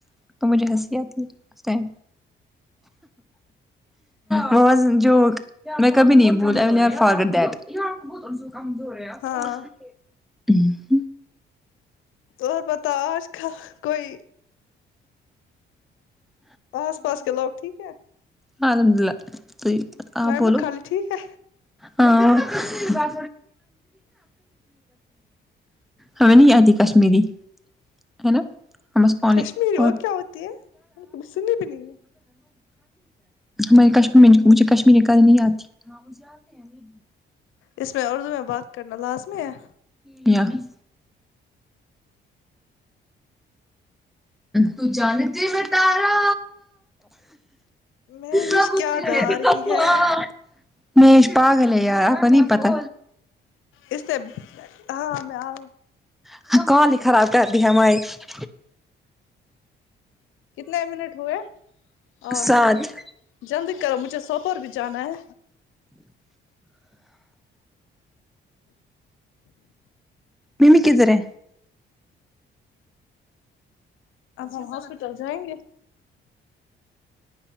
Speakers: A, in the centre; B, on the left.
A: تو مجھے ہنسی آتی ہے اس ٹم و و جک میں کبھی نہیں بول <unintelligible> فارگٹ دیٹ بہت کمزور ہے آپ
B: ہاں
A: <unintelligible>
B: اور بتاو آج کا کوئی
A: ہ
B: آس پاس کے لوگ ٹھیک ہے
A: ہاں الحمد للہ تو
B: میں
A: آپ بولو
B: مٹ خالہ ٹھیک ہے
A: ہاں <unintelligible> ہم نہیں یاتی کشمیری ہے نا ہم اس پانی
B: کشمیری وہ
A: اور
B: کیا ہوتی ہے کبھی سنی بھی نہیں ہے
A: میں کشمر مجھے کشمیری کرنے نہیں آتی ہاں وہ جاہتے ہیں
B: اس میں اردو میں بات کرنا لازمی ہے
A: یعنی تو جانتی میں تارا
B: میں
A: سب
B: وش کیا
A: بے
B: گا رہی
A: وفا
B: ہے
A: مش پاگلے یار آپ نہیں پتہ
B: اس سے ہاں میں ارو
A: <unintelligible>
B: کتنے منٹ ہوئے آٹھ
A: ساتھ
B: جلدی کرو مجھے سوپ اور بھی جانا ہے
A: ممی کدھر ہے
B: اب ہم ہاسپٹل جائیں گے